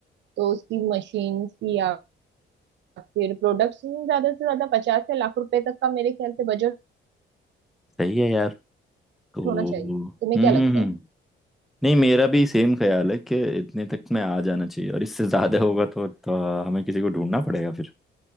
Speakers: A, on the right (about 65°); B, in the centre.
A: तो उसकी मशीन्स या फिर प्रोडक्ट्स में ज्यादा से ज्यादा पचास से लाख रुपए तक का मेरे ख्याल से बजट
B: सही है यार तो
A: होना चाहिए तुम्हें
B: हम्म
A: क्या
B: हम्म
A: लगता
B: हम्म।
A: है
B: नहीं मेरा भी सेम ख्याल है कि इतने तक में आ जाना चाहिए और इससे ज्यादा होगा तो, तो हमें किसी को ढूंढना पड़ेगा फिर